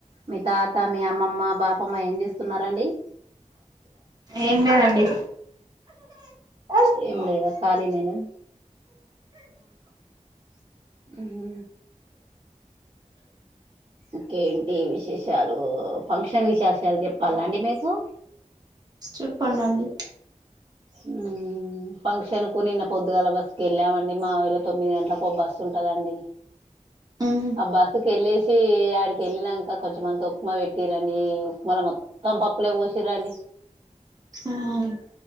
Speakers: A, on the right (about 45°); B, on the right (about 30°).
A: మీ తాత మీ అమ్మమ్మ బాపమ్మ ఏం చేస్తున్నారండి
B: ఏం లేదండి ఆ
A: ఏం లేదా ఖాళీ నేను ఉహు. ఇంకేమి ఈ విశేషాలు. ఫంక్షన్ విశేషాలు చెప్పాల అండి మీకు
B: చెప్పండండి
A: మ్ ఫంక్షన్ కు నిన్న పొద్దుగాల బస్సుకి వెళ్ళామండి. మా ఊళ్ళ తొమ్మిది గంటలకు ఓ బస్సు ఉంటదండి.
B: మ్మ్
A: ఆ బస్సు వెళ్లేసి ఆడికి వెళ్ళినాక కొంచెమంత ఉక్మా పెట్టి పెట్టిరండి ఉక్మాల మొత్తం మొత్తం పప్పులే పోసిరండి
B: మ్